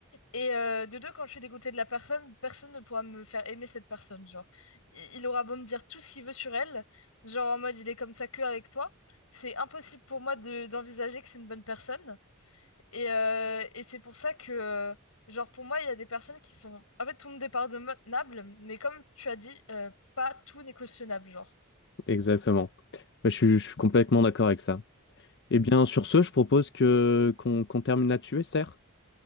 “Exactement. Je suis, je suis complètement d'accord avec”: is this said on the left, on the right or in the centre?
Left